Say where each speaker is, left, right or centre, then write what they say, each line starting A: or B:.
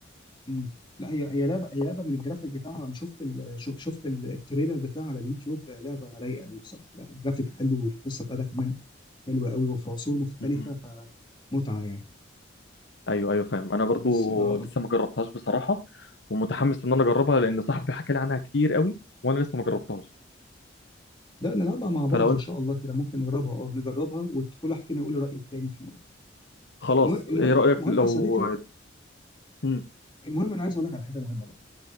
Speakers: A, on the left (about 25°); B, on the left (about 65°).
A: مم. لا هي هي لعبه هي لعبه من الجرافيك بتاعها انا شفت ال... شف- شفت ال- التريلر بتاعها على اليوتيوب لعبه رايقه قوي بصراحه لا الجرافيك حلو والقصه بتاعتها كمان حلوه قوي وفي عصور مختلفه
B: مم.
A: فمتعه يعني
B: ايوه ايوه فاهم انا برضو
A: بس اه
B: لسه
A: آه.
B: ما جربتهاش بصراحه ومتحمس ان انا اجربها لان صاحبي حكى لي عنها كتير قوي وانا لسه ما جربتهاش
A: لا نلعبها مع بعض
B: فلو
A: ان شاء الله كده ممكن نجربها اه نجربها وكل واحد فينا يقول الراي التاني فيه
B: خلاص
A: المهم المهم
B: ايه رأيك
A: المهم
B: لو
A: يا صديقي
B: مم.
A: المهم انا عايز اقول لك على حاجه مهمه بقى